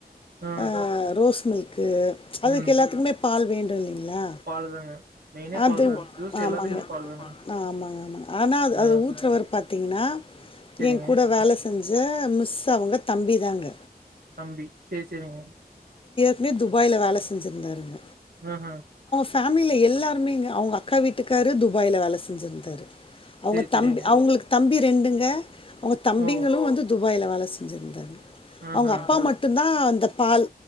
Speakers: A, on the right (about 70°); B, on the left (about 35°).
A: ஆ
B: அ ரோஸ் மில்க் க்கு அதுக்கு
A: ம்
B: எல்லாத்துக்குமே பால் வேண்டு இல்லைங்க ளா
A: பாலு தாங்க மெயினே
B: அது
A: பால் தாங்க ஜூஸ்
B: ஆமாங்க
A: எல்லாத்துக்குமே பால் தானுங்க
B: ஆமாங்க ஆமாங்க ஆனா
A: ஆ
B: அது அ ஊத்தற ஒரு பத தீன்னா
A: சேரிங்க
B: எ கூட வேலை செய் செஞ்ச மிஸ் அவங்க தம்பி தாங்க
A: தம்பி சேரி சரிங்க
B: <unintelligible> துபாயில வேல செஞ்சுருந்தாருங்க
A: ஆ ஹ
B: ஃபேமிலில எல்லாருமே அவங்க அக்கா வீட்டுக்காரு துபாயில வேல செஞ்ஜிருந்தாரு அவங்க
A: சேரி சேரிங்க
B: தம்பி அவங்களுக்கு தம்பி ரெண்டுங்க அவங்க தம்பிங்களு
A: ஓ
B: வந்து து துபாய்ல வேல செஞ்சுருந்தாங்க
A: ஆஹா
B: அவங்க அப்பா மட்டுந் தா இந்த பால்